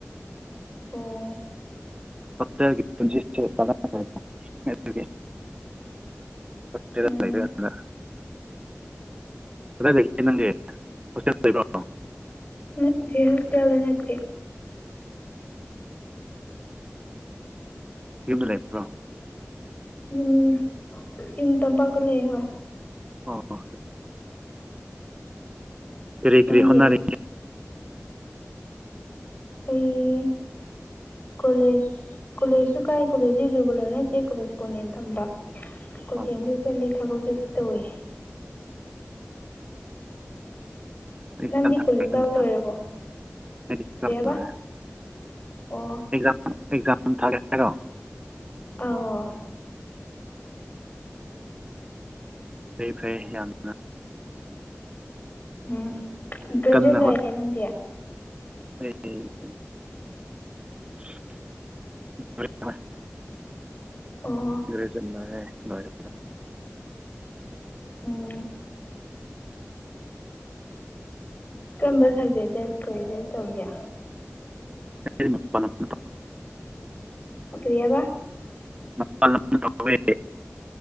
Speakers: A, on the left; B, on the right.
A: ꯑꯣ
B: ꯍꯣꯁꯇꯜꯒꯤ ꯄꯨꯟꯁꯤꯁꯦ <unintelligible> ꯑꯗꯨꯒꯤ ꯍꯣꯁꯇꯦꯜꯗ
A: ꯎꯝ
B: ꯂꯩꯔꯀꯥꯟꯗ ꯀꯗꯥꯏ ꯂꯩꯒꯦ ꯅꯪꯗꯤ ꯍꯣꯁꯇꯦꯜ ꯂꯩꯕ꯭ꯔꯣ
A: ꯅꯠꯇꯦ ꯍꯧꯁꯇꯜꯗꯥ ꯅꯠꯇꯦ
B: ꯌꯨꯝꯗꯥ ꯂꯩꯕ꯭ꯔꯣ
A: ꯌꯨꯝ ꯌꯨꯝ ꯇꯝꯄꯥꯛꯇꯥ ꯂꯩꯑꯦ ꯍꯣꯏ
B: ꯑꯣ ꯀꯔꯤ
A: ꯅꯪꯗꯤ
B: ꯀꯔꯤ ꯍꯣꯟꯅꯔꯤ
A: ꯑꯩꯩ ꯀꯣꯂꯦꯖ ꯀꯣꯂꯦꯖꯁꯨ ꯀꯥꯏ ꯀꯣꯂꯦꯖꯁꯤ ꯔꯤꯒꯨꯂꯔ ꯅꯠꯇꯦ ꯀꯣꯔꯦꯁꯄꯣꯟꯗꯦꯟ ꯊꯝꯕ ꯀꯣꯆꯤꯡꯁꯨ
B: ꯑꯣ
A: ꯆꯠꯂꯤ ꯊꯕꯛꯁꯨ ꯇꯧꯏ
B: ꯑꯦꯛꯖꯥꯝ
A: ꯅꯪꯗꯤ
B: ꯊꯥꯒꯦ
A: ꯀꯣꯂꯦꯖ ꯀꯥꯕꯥ
B: ꯈꯟꯕ꯭ꯔꯣ
A: ꯂꯣꯏꯔꯕꯣ
B: ꯑꯦꯛꯖꯥꯝ
A: ꯀꯩꯕ
B: ꯂꯣꯏꯔꯦ
A: ꯑꯣ
B: ꯑꯦꯛꯖꯥꯝ ꯑꯦꯛꯖꯥꯝ ꯊꯥꯒꯦ ꯍꯥꯏꯔꯣ
A: ꯑꯥꯎ
B: ꯐꯩ ꯐꯩ ꯌꯥꯝꯅ
A: ꯎꯝ ꯒ꯭ꯔꯦꯖꯨꯋꯦꯠ
B: ꯀꯟꯅ
A: ꯂꯣꯏꯔꯦ ꯅꯪꯗꯤ
B: <unintelligible> <unintelligible>
A: ꯑꯣ
B: ꯒ꯭ꯔꯦꯖꯨꯋꯦꯠ ꯂꯣꯔꯦ ꯂꯣꯏꯔꯦ
A: ꯎꯝ ꯀꯔꯝꯕ ꯁꯕꯖꯦꯛꯇꯥ ꯒ꯭ꯔꯦꯖꯨꯋꯦꯠ ꯇꯧꯒꯦ
B: <unintelligible>
A: ꯀ꯭ꯔꯤ ꯍꯥꯏꯕ
B: ꯃꯄꯥꯟ ꯂꯝꯗꯥ ꯇꯧꯋꯦ